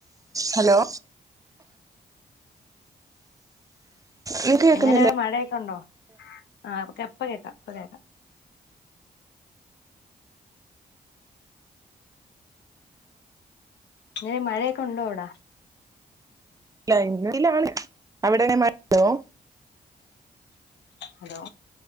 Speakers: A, on the right; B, on the left.
A: ഹലോ നീ കേൾക്കുന്നില്ലേ
B: എങ്ങനെയാ മഴയെക്ക ഉണ്ടോ ആ ഇപ്പ കേക്കാം ഇപ്പ കേക്കാം എങ്ങനെ മഴയെക്കെ ഉണ്ടോ അവ്ട
A: ഇല്ല <unintelligible> അവിടെ എങ്ങനെ മഴണ്ടോ
B: ഹലോ